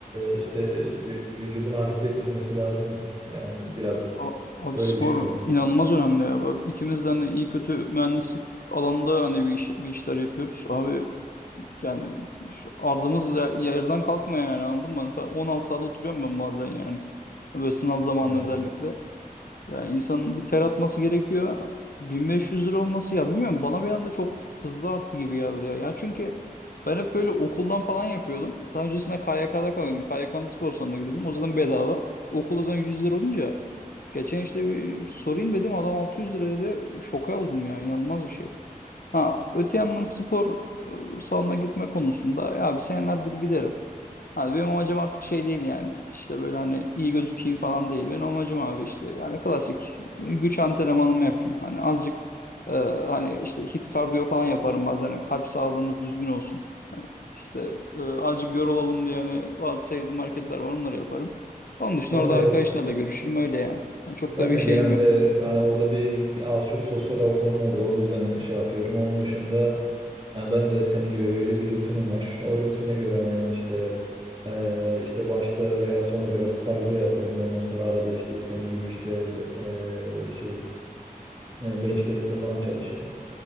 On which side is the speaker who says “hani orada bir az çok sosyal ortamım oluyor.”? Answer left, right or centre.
Right